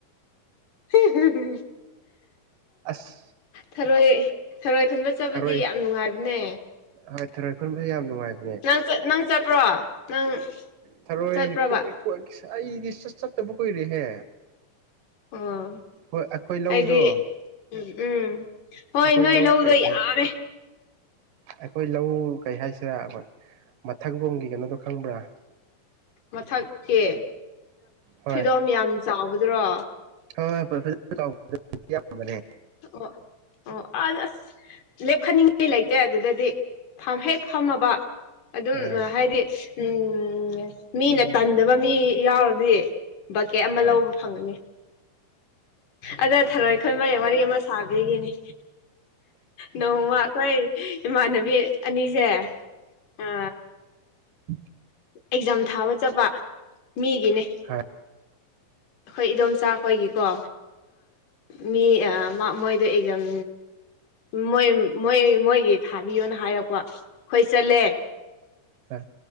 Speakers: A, on the left; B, on the right.
A: ꯑ
B: ꯑꯁ
A: ꯊꯔꯣꯏ ꯊꯔꯣꯏ ꯈꯨꯟꯕꯠ ꯆꯕꯗꯤ
B: ꯊꯔꯣꯏ
A: ꯌꯥꯝ ꯅꯨꯡꯉꯥꯏꯕꯅꯦ
B: ꯍꯣꯏ ꯊꯔ ꯑꯩꯈ ꯈꯨꯟꯕꯁꯨ ꯌꯥꯝ ꯅꯨꯡꯉꯥꯏꯕ
A: ꯅꯪ ꯅꯪ ꯆꯠꯄ꯭ꯔꯣ ꯅꯪ
B: ꯊꯔꯣꯏ
A: ꯆꯠꯄ꯭ꯔꯕ
B: ꯑꯩꯗꯤꯠ ꯆꯠꯇꯕ ꯀꯨꯏꯔꯦꯍꯦ
A: ꯑꯣ
B: ꯍꯣꯏ ꯑꯩꯈꯣꯏ ꯂꯧꯗꯣ
A: ꯑꯩꯗꯤ ꯎꯝ ꯍꯣꯏ
B: ꯑꯩꯈꯣꯏ
A: ꯅꯣꯏ
B: ꯂꯧ
A: ꯂꯧꯗꯣ
B: ꯀꯩ ꯀꯩ
A: ꯌꯥꯔꯦ
B: ꯑꯩꯈꯣꯏ ꯂꯧ ꯀꯩ ꯍꯥꯏꯁꯤꯔꯥ ꯑꯩꯈꯣꯏ ꯃꯊꯛꯂꯣꯝꯒꯤ ꯀꯩꯅꯣꯗꯣ ꯈꯪꯕ꯭ꯔꯥ
A: ꯃꯊꯛꯀꯤ
B: ꯍꯣꯏ
A: ꯐꯤꯗꯣꯝ ꯌꯥꯝ ꯆꯥꯎꯕꯗ꯭ꯔꯣ
B: ꯍꯣꯏ ꯍꯣꯏꯣꯦꯅꯦ
A: ꯑꯣ ꯑꯣ ꯑ ꯑꯁ ꯂꯦꯞꯈꯅꯤꯡꯉꯥꯏ ꯂꯩꯇꯦ ꯑꯗꯨꯗꯗꯤ ꯐꯝ ꯍꯦꯛ ꯐꯝꯃꯕ ꯑꯗꯨꯝ
B: ꯑꯥ
A: ꯍꯥꯏꯗꯤ ꯎꯝ ꯃꯤꯅ ꯇꯟꯗꯕ ꯃꯤ ꯌꯥꯎꯔꯗꯤ ꯕꯛꯀꯦꯠ ꯑꯃ
B: ꯍꯣꯏ
A: ꯂꯧꯕ ꯐꯪꯒꯅꯤ ꯑꯗ ꯊꯔꯣꯏ ꯑꯩꯈꯣꯏ ꯃꯌꯦꯛ ꯋꯥꯔꯤ ꯑꯃ ꯁꯥꯕꯤꯈꯤꯅꯤ ꯅꯧꯃ ꯑꯩꯈꯣꯏ ꯏꯃꯥꯟꯅꯕꯤ ꯑꯅꯤꯁꯦ ꯑ
B: ꯎꯝ
A: ꯑꯦꯛꯖꯥꯝ ꯊꯥꯕ ꯆꯠꯄ ꯃꯤꯒꯤꯅꯦ
B: ꯈꯥ
A: ꯑꯩꯈꯣꯏ ꯏꯗꯣꯝꯆꯥ ꯑꯩꯣꯏꯒꯤꯀꯣ ꯃꯤ ꯃꯣꯏꯗꯣ ꯑꯦꯖꯝ ꯃꯣꯏ ꯃꯣꯏ ꯃꯣꯏꯒꯤ ꯊꯥꯕꯤꯌꯣꯅ ꯍꯥꯏꯔꯛꯄ ꯑꯩꯈꯣꯏ ꯆꯠꯂꯦ
B: ꯍ